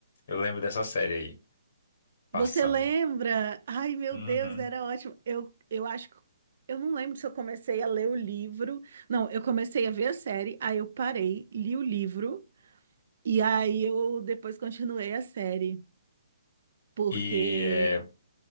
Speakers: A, on the left; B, on the right.
A: Eu lembro dessa série aí, passando.
B: Você lembra? Ai, meu
A: Uhum.
B: Deus, era ótimo. Eu, eu acho que eu não lembro se eu comecei a ler o livro. Não, eu comecei a ver a série, aí eu parei, li o livro e aí eu depois continuei a série, porque
A: E é,